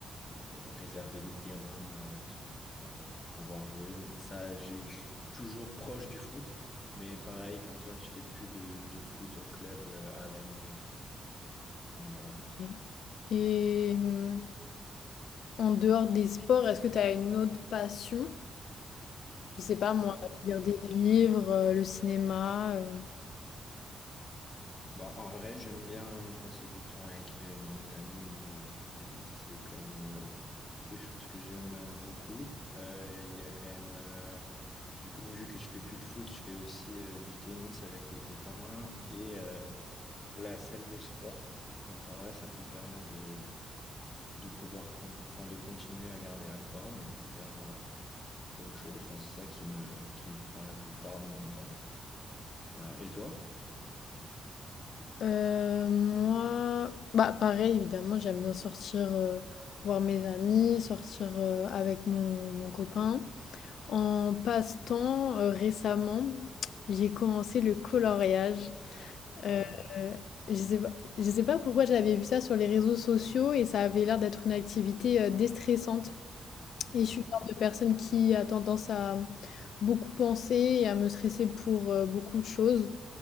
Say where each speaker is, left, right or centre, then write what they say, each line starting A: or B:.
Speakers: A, on the left (about 20°); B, on the left (about 75°).
A: euh, réserver des terrains euh, pour, euh, pour pouvoir jouer. Mais ça, j'ai je suis toujours proche du foot, mais pareil, comme toi, je fais plus de, de foot au club euh, à l'année et tout. Donc voilà.
B: Ok. et euh, en dehors des sports, est-ce que tu as une autre passion? Je sais pas, moi,
A: Euh,
B: lire
A: euh,
B: des livres, euh, le cinéma. euh.
A: bah, en vrai, j'aime bien passer du temps avec euh, mes amis et ma copine. Ça, C'est quand même euh, des choses que j'aime euh, beaucoup. Euh, Il y a quand même. euh, du coup, vu que je fais plus de foot, je fais aussi euh, du tennis avec des copains et euh, la salle de sport. Donc en vrai, ça me permet de, de pouvoir con- enfin, de continuer à garder la forme et de faire euh, autre chose. Enfin, c'est ça qui me, qui me prend la plupart de mon temps. Voilà. Et toi?
B: Euh, moi, bah pareil, évidemment, j'aime bien sortir, euh, voir mes amis, sortir euh, avec mon, mon copain. En passe-temps, euh, récemment, j'ai commencé le coloriage. Euh,
A: Waouh.
B: je sais pas, je sais pas pourquoi j'avais vu ça sur les réseaux sociaux et ça avait l'air d'être une activité euh, déstressante. Et
A: Ok,
B: je suis le genre de personne qui a tendance à beaucoup penser et à me stresser pour euh, beaucoup de choses.